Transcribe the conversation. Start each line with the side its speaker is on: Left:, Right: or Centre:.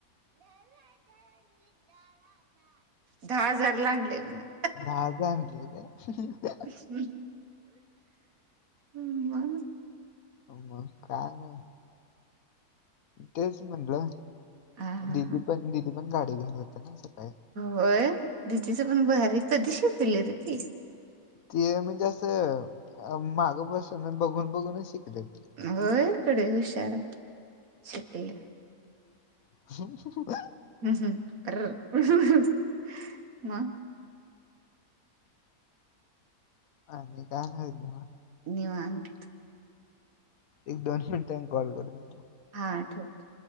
Right: दहा हजारला आणलंय म्हणे.
Left: दहा हजार आणले काय?
Right: <unintelligible> म.
Left: मग काय नाय. तेच म्हणलंय
Right: हा हा
Left: दीदी
Right: हा
Left: पण दिदी पण गाडी घेऊन जाते ना स
Right: वय दीदीचं पण भारी कधी शिकली रे ती.
Left: तिय म्हणजे असं अ मागं बसून बघून बघून शिकलं ती.
Right: होय कडे हुशार आहे सिटीले.
Left: <unintelligible>
Right: हम्म हम्म <unintelligible> म.
Left: आणि काय नाही मग.
Right: निवांत
Left: एक दोन मिंट्याने कॉल करतो तुला.
Right: हा ठेवतो.